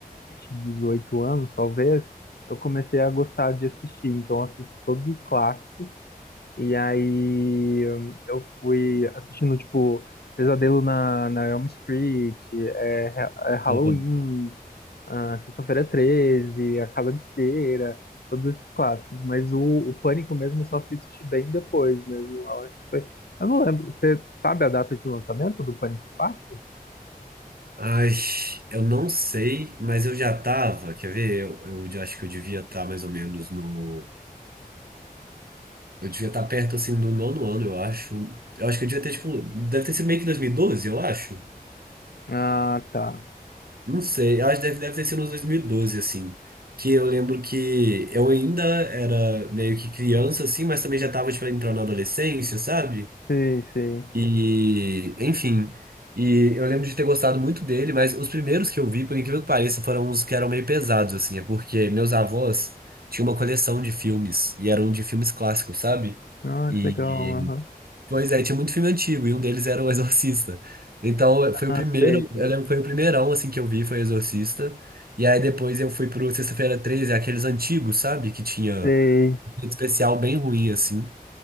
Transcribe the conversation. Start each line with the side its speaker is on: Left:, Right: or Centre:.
Left: 18 anos, talvez, eu comecei a gostar de assistir. Então, eu assisti todos os clássicos. E aí, eu fui assistindo, tipo, Pesadelo na, na Elm Street, é, é Halloween
Right: Uhum.
Left: ah, Sexta-feira 13, A Casa de Cera, todos esses clássicos. Mas o, o Pânico mesmo eu só fui assistir bem depois mesmo. Eu acho que foi. Eu não lembro. Você sabe a data de lançamento do Pânico 4?
Right: Ai, eu não sei, mas eu já tava, quer ver? Eu, eu já acho que eu devia estar mais ou menos no. Eu devia estar perto assim do nono ano, eu acho. Eu acho que eu devia ter, tipo. Deve ter sido meio que 2012, eu acho.
Left: Ah, tá.
Right: Não sei, eu acho que deve, deve ter sido nos 2012 assim. Que eu lembro que eu ainda era meio que criança, assim, mas também já tava, tipo, entrando na adolescência, sabe?
Left: Sim, sim.
Right: E, enfim. E eu lembro de ter gostado muito dele, mas os primeiros que eu vi, por incrível que pareça, foram os que eram meio pesados, assim. É porque meus avós tinham uma coleção de filmes, e eram de filmes clássicos, sabe?
Left: Ah,
Right: e
Left: que legal. aham.
Right: Pois é, tinha muito filme antigo, e um deles era O Exorcista. Então, foi o
Left: Ah,
Right: primeiro,
Left: sei, sei.
Right: eu lembro, que foi o primeirão, assim, que eu vi, foi O Exorcista. E aí, depois eu fui pro Sexta-feira 13, aqueles antigos, sabe? Que tinha
Left: Sei.
Right: efeito especial bem ruim, assim.